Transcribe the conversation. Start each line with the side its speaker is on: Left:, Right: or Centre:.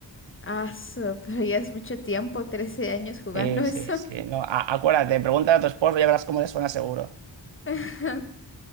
Left: Aso, <laughs> pero ya es mucho tiempo, trece años jugando
Right: Sí, sí,
Left: eso.
Right: sí. No, a- acuérdate, pregúntale a tu esposo y ya verás cómo le suena seguro.
Left: <laughs>